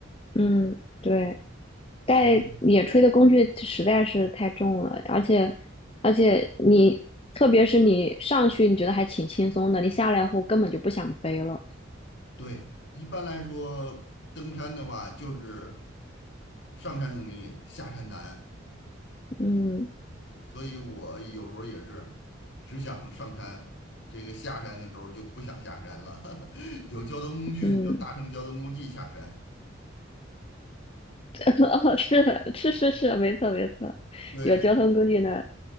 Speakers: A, on the left; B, on the left.
A: 嗯，对。带野炊的工具实在是太重了，
B: 啊。
A: 而且而且你特别是你上去你觉得还挺轻松的，你下来后根本就不想背了。
B: 对，一般来说，登山的话就是上山容易，下山难。
A: 嗯
B: 所以我有时候也是只想上山，这个下山的时候就不想下山了。<laughs> 有交通工具就搭乘交通工具下山。
A: 嗯，<laughs> 哦，是的是是是，没错没错，
B: 对，
A: 有交通工具的。